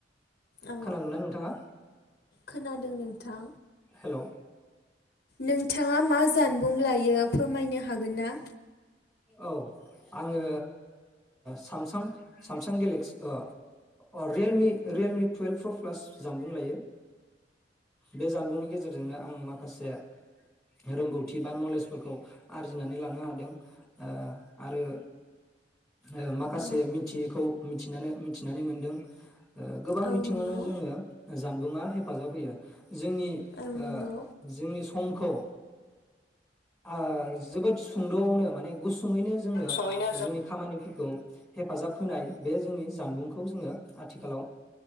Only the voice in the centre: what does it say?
खोनादोंना नोंथाङा
हेलौ
औ आङो सामसां सामसां गेलेक्सि अ रियेलमि रियेलमि टुवेल्भ प्र' प्लास जानबुं लायो बे जानबुंनि गेजेरजोंनो आं माखासे रोंगौथि बा नलेजफोरखौ आरजिनानै लानो हादों ओ आरो ओ माखासे
मिथियैखौ मिथिनानै मोनदों गोबां
बिथिङावनो
जोंनो जानबुंङा हेफाजाब होयो जोंनि
ओ जोंनि समखौ ओ जोबोद सुंद'आवनो माने गुस थुङैनो जोंनो
जोंनि हेफोरखौ हेफाब होनाय बे जोंनि जानुं जोङो आथिखालाव